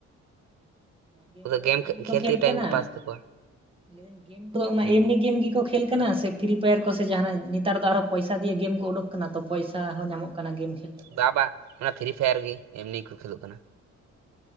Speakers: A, on the right; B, on the right.
A: ᱜᱮᱢ
B: ᱩᱱᱠᱩ
A: ᱫᱚ ᱮᱢᱱᱤ ᱜᱮᱠᱚ ᱠᱷᱮᱞ
B: ᱛᱮᱜᱮ ᱴᱟᱭᱤᱢ
A: ᱠᱟᱱᱟ᱾
B: ᱠᱚ ᱯᱟᱥ ᱛᱟᱠᱚᱣᱟ
A: ᱞᱟᱹᱭᱫᱟᱹᱧ ᱜᱮᱢᱫᱚ ᱚᱱᱟ
B: ᱦᱩᱸ
A: ᱮᱢᱱᱤ ᱜᱮᱢ ᱜᱮᱠᱚ ᱠᱷᱮ ᱠᱷᱮᱞ ᱠᱟᱱᱟ ᱥᱮ ᱯᱷᱨᱤ ᱯᱷᱟᱭᱟᱨ ᱠᱚ ᱥᱮ ᱡᱟᱦᱟᱱᱟᱜ, ᱱᱮᱛᱟᱨ ᱫᱚ ᱟᱨᱚᱸ ᱯᱚᱭᱥᱟ ᱫᱤᱭᱮ ᱜᱮᱢ ᱠᱚ ᱩᱰᱳᱠ ᱟᱠᱟᱱᱟ ᱛᱚ ᱯᱚᱭᱥᱟ ᱦᱚᱸ ᱧᱟᱢᱚᱜ ᱚᱱᱠᱟᱱᱟᱜ ᱜᱮᱢ ᱠᱷᱮᱞ ᱠᱟᱛᱮ
B: ᱵᱟ
A: ᱦᱚᱸ᱾
B: ᱵᱟ ᱚᱱᱟ ᱯᱷᱨᱤ ᱯᱷᱟᱭᱟᱨ ᱜᱮ ᱮᱢᱱᱤ ᱠᱚ ᱠᱷᱮᱞᱳᱜ ᱠᱟᱱᱟ